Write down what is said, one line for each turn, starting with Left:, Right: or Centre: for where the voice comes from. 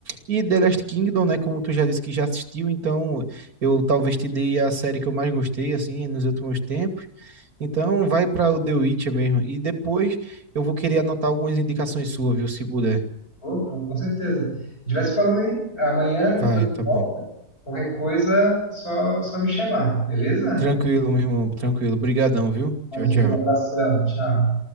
Right: E The Last Kingdom, né, como tu já disse que já assistiu, então eu talvez te dei a série que eu mais gostei, assim, nos últimos tempos. Então, vai para o The Witcher mesmo. E depois eu vou querer anotar algumas indicações suas, viu? Se puder.
Left: Opa, com certeza. A gente vai se falando aí. Amanhã
Right: Vai,
Left: eu tô de
Right: tá
Left: volta.
Right: bom.
Left: Qualquer coisa, só, só me chamar, beleza?
Right: Tranquilo, meu irmão. Tranquilo. Obrigadão, viu?
Left: Imagina,
Right: Tchau, tchau.
Left: abração, tchau.